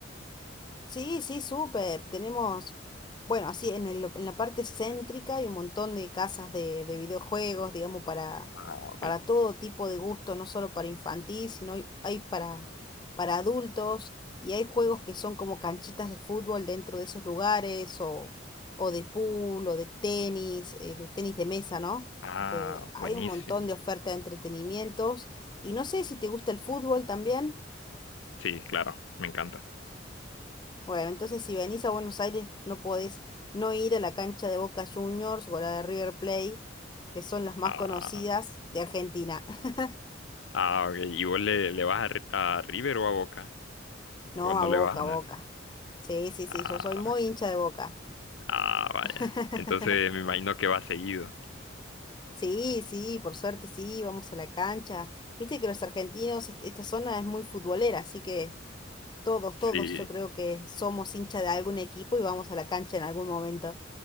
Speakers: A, on the left; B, on the left.
A: Sí, sí, súper. Tenemos, bueno, así en el- en la parte céntrica hay un montón de casas de, de videojuegos, digamos, para,
B: Ah, ok.
A: para todo tipo de gusto, no solo para infantil, sino hay, hay para, para adultos y hay juegos que son como canchitas de fútbol dentro de esos lugares o, o de pool o de tenis, eh, de tenis de mesa, ¿no?
B: Ah,
A: Eh, hay
B: buenísimo.
A: un montón de oferta de entretenimientos y no sé si te gusta el fútbol también.
B: Sí, claro, me encanta.
A: Bueno, entonces si venís a Buenos Aires no podés no ir a la cancha de Boca Juniors o a la de River Plate, que son las más
B: Ah,
A: conocidas de Argentina. <laughs>
B: Ah, ok. ¿Y vos le, le vas a, Ri- a River o a Boca?
A: No,
B: ¿O no
A: a Boca,
B: le vas a nadie?
A: Boca. Sí, sí, sí,
B: Ah,
A: yo soy muy
B: ok.
A: hincha de Boca.
B: Ah, vaya.
A: <laughs>
B: Entonces me imagino que va seguido.
A: Sí, sí, por suerte sí, vamos a la cancha. Viste que los argentinos, est- esta zona es muy futbolera, así que todos, todos
B: Sí,
A: yo creo que somos hincha de algún equipo y vamos a la cancha en algún momento.